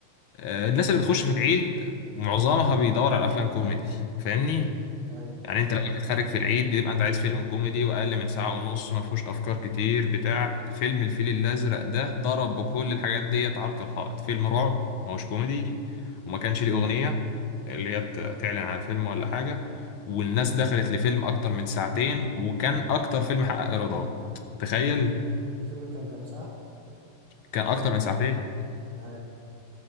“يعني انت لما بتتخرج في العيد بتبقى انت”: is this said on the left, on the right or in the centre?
Left